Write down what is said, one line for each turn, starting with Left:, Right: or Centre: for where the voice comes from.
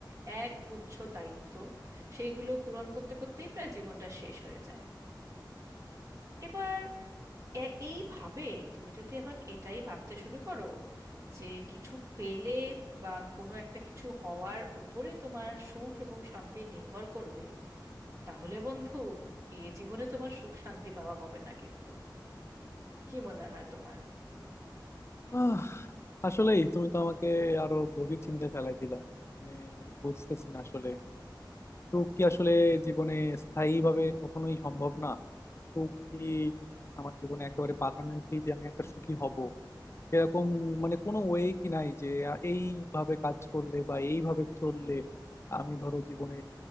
Right: এক গুচ্ছ দায়িত্ব সেইগুলো পূরণ করতে করতেই প্রায় জীবনটা শেষ হয়ে যায় এবার এ- এইভাবে তুমি যদি এখন এটাই ভাবতে শুরু করো যে কিছু পেলে বা কোনো একটা কিছু হওয়ার উপরে তোমার সুখ এবং শান্তি নির্ভর করবে তাহলে বন্ধু এ জীবনে তোমার সুখ শান্তি পাওয়া হবে না কিন্তু কি মনে হয় তোমার
Left: আহ, আসলেই তুমি তো আমাকে আরো গভীর চিন্তায় ফেলাই দিলা মানে বুঝতেছি না আসলে সুখ কি আসলে জীবনে স্থায়ী ভাবে কখনোই সম্ভব না সুখ কি আমার জীবনে একেবারে পার্মানেন্টলি যে আমি একটা সুখী হব এরকম মানে কোনো ওয়ে কি নাই যে আ, এইভাবে কাজ করলে বা এইভাবে চললে আমি ধরো জীবনে